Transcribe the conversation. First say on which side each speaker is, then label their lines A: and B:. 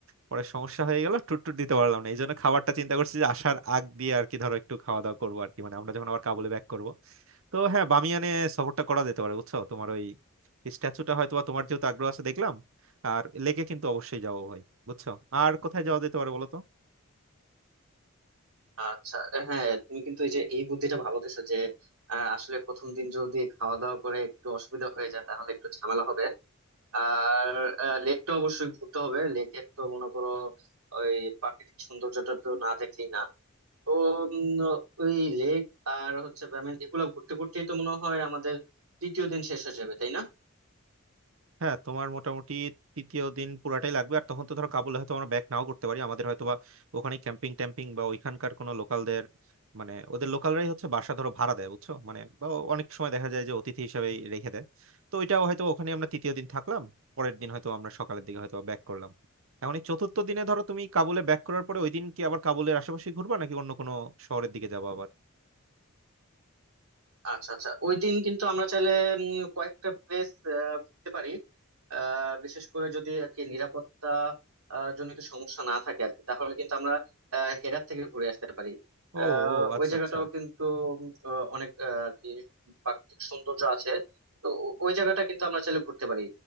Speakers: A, on the right; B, on the right.
A: পরে সমস্যা হয়ে গেল টুট টুট দিতে পারলাম না এই জন্য খাবারটা চিন্তা করছি যে আসার আগ দিয়ে আর কি ধরো একটু খাওয়া দাওয়া করবো আর কি মানে আমরা যখন আবার কাবুলে ব্যাক করবো তো হ্যাঁ বামিয়ানে সফরটা করা যেতে পারে বুঝছো তোমার ওই স্ট্যাচুটা হয়তো বা তোমার যেহেতু আগ্রহ আছে দেখলাম আর লেকে কিন্তু অবশ্যই যাবো ভাই বুঝছো আর কোথায় যাওয়া যেতে পারে বলো তো
B: আচ্ছা হ্যাঁ তুমি কিন্তু এই যে এই বুদ্ধিটা ভালো দিছো যে আহ, আসলে প্রথম দিন যদি খাওয়া দাওয়া করে একটু অসুবিধা হয়ে যায় তাহলে একটু ঝামেলা হবে আর লেকটা অবশ্যই ঘুরতে হবে লেকের তো মনে করো ওই প্রাকৃতিক সৌন্দর্যটা তো না দেখলেই না তো উম, ওই লেক আর হচ্ছে I mean, এগুলা ঘুরতে ঘুরতেই তো মনে হয় আমাদের তৃতীয় দিন শেষ হয়ে যাবে তাই না
A: হ্যাঁ তোমার মোটামুটি তৃতীয় দিন পুরাটাই লাগবে আর তখন তো ধরো কাবুলে হয়তো আমরা ব্যাক নাও করতে পারি আমাদের হয়তো বা ওখানে ক্যাম্পিং ট্যাম্পিং বা ওইখানকার কোনো লোকালদের মানে ওদের লোকালরাই হচ্ছে বাসা ধরো ভাড়া দেয় বুঝছো মানে বা অনেক সময় দেখা যায় যে অতিথি হিসেবে রেখে দেয় তো ওইটাও হয়তো ওখানে আমরা তৃতীয় দিন থাকলাম পরের দিন হয়তো আমরা সকালের দিকে হয়তো ব্যাক করলাম এখন এই চতুর্থ দিনে ধরো তুমি কাবুলে ব্যাক করার পরে ওই দিন কি আবার কাবুলের আশেপাশে ঘুরবা নাকি অন্য কোনো শহরের দিকে যাবো আবার
B: আচ্ছা আচ্ছা ওই দিন কিন্তু আমরা চাইলে উম, কয়েকটা প্লেস ঘুরতে পারি আহ, বিশেষ করে যদি আর কি নিরাপত্তা আহ, জনিত সমস্যা না থাকে আর কি তাহলে কিন্তু আমরা আহ, হেরাত থেকে ঘুরে আসতে পারি আহ,
A: ও ও আচ্ছা
B: ওই জায়গাটাও
A: আচ্ছা
B: কিন্তু উম, আহ, অনেক আহ, আর কি প্রাকৃতিক সৌন্দর্য আছে তো ও- ওই জায়গাটা কিন্তু আমরা চাইলে ঘুরতে পারি